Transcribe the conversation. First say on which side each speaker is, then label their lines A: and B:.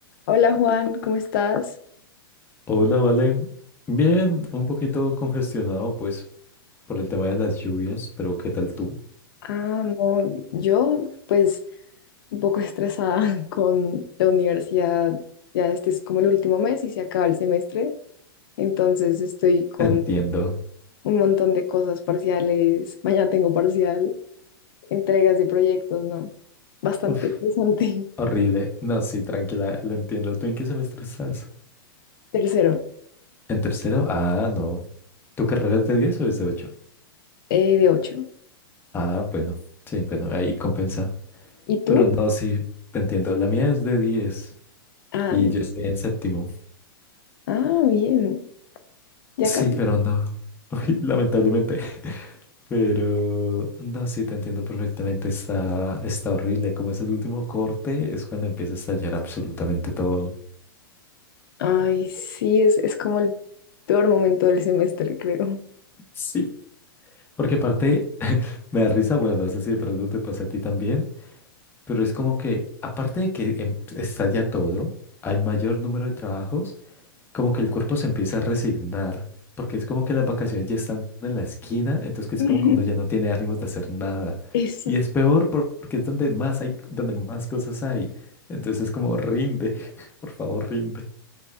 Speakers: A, on the left; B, on the left.
A: Hola Juan, ¿cómo estás?
B: Hola, Vale. Bien, un poquito congestionado, pues, por el tema de las lluvias, pero ¿qué tal tú?
A: Ah, no, yo pues un poco estresada <laughs> con la universidad. Ya este es como el último mes y se acaba el semestre, entonces estoy con
B: Te entiendo.
A: un montón de cosas parciales. Mañana tengo parcial, entregas de proyectos, ¿no? Bastante
B: Uf,
A: interesante.
B: horrible. No, sí, tranquila, lo entiendo. ¿Tú en qué semestre estás?
A: <laughs> Tercero,
B: ¿En tercero? Ah, no. ¿Tu carrera es de 10 o es de 8?
A: eh, de ocho.
B: Ah, bueno. Sí, bueno, ahí compensa.
A: ¿Y tú?
B: Pero no, sí, te entiendo. La mía es de 10
A: Ah,
B: y
A: bien.
B: yo estoy en séptimo.
A: Ah, bien. Ya
B: Sí,
A: casi.
B: pero no. <laughs> Uy, lamentablemente. Pero no, sí te entiendo perfectamente, está, está horrible. Como es el último corte, es cuando empieza a estallar absolutamente todo.
A: Ay, sí, es, es como el peor momento del semestre, creo.
B: Sí. Porque aparte me da risa, bueno, no sé si de pronto te pasa a ti también, pero es como que aparte de que em- estalla todo, hay mayor número de trabajos como que el cuerpo se empieza a resignar, porque es como que las vacaciones ya están en la esquina, entonces que es
A: <laughs>
B: como que uno ya no tiene ánimos de hacer nada.
A: Eso.
B: Y es peor por- porque es donde más hay, donde más cosas hay. Entonces es como rinde, <laughs> por favor, rinde.